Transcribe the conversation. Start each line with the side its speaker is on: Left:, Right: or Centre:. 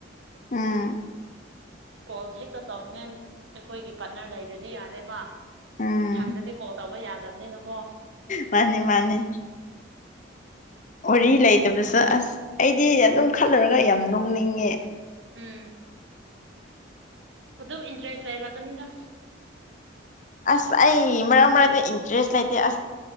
Left: ꯎꯝ
Right: ꯀꯣꯜ ꯍꯦꯛꯇ ꯇꯧꯅꯤꯡꯉꯥꯏ ꯑꯩꯈꯣꯏꯒꯤ ꯄꯥꯠꯅꯔ ꯂꯩꯔꯗꯤ ꯌꯥꯔꯦꯕ
Left: ꯎꯝ
Right: ꯏꯊꯟꯗꯗꯤ ꯀꯣꯜ ꯇꯧꯕ ꯌꯥꯗꯕꯅꯤ ꯅ ꯀꯣ
Left: ꯃꯥꯅꯦ ꯃꯥꯅꯦ ꯋꯥꯔꯤ ꯂꯩꯇꯕꯁꯨ ꯑꯁ ꯑꯩꯗꯤ ꯑꯗꯨꯝ ꯈꯜꯂꯨꯔꯒ ꯌꯥꯝ ꯅꯣꯡꯅꯤꯡꯉꯦ
Right: ꯎꯝ ꯑꯗꯨꯝ ꯏꯟꯇꯔꯦꯁ ꯂꯩꯔꯛꯀꯅꯤꯗ
Left: ꯑꯁ ꯑꯩ ꯃꯔꯛ ꯃꯔꯛꯇ ꯏꯟꯇꯔꯦꯁ ꯂꯩꯇꯦ ꯑꯁ